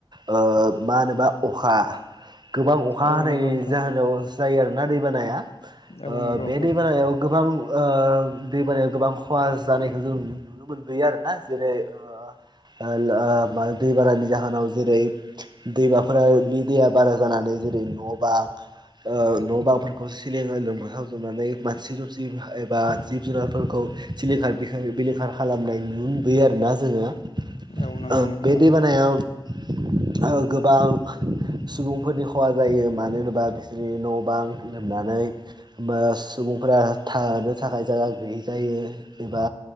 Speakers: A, on the right (about 45°); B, on the left (about 85°).
A: ओ मा होनोबा अखा गोबां अखा
B: औ
A: हानायनि
B: नंगौ नोंथां
A: जाहोनाव जायो आरोना दैबानाया ओ
B: औ नंगौ
A: बे
B: नोंथां
A: दैबानायाव गोबां ओ दैबानायायाव गोबां खहा जानायखौ जों नुनो मोनबोयो आरोना जेरै ओ ओ लो मा दैबानानि जाहोनाव जेरै दैमाफोरानि दैया बारा जानानै जेरै न बां न बांफोरखौ सिलिं ओ लोमसाव होजोबनानै मानसि दुमसि एबा जिब जुनारफोरखौ सिलिंखार बिलिंखार खालामना नुनदोयो आरोना जोङो
B: औ नंगौ नोंथां
A: बे
B: नंगौ
A: दैबानायाव ओ गोबां सुबुंफोरनि खहा जायो मानो होनोबा बिसोरनि न बां लोमनानै होमबा सुबुंफोरा थानो थाखाय जायगा गैयि जायो एबा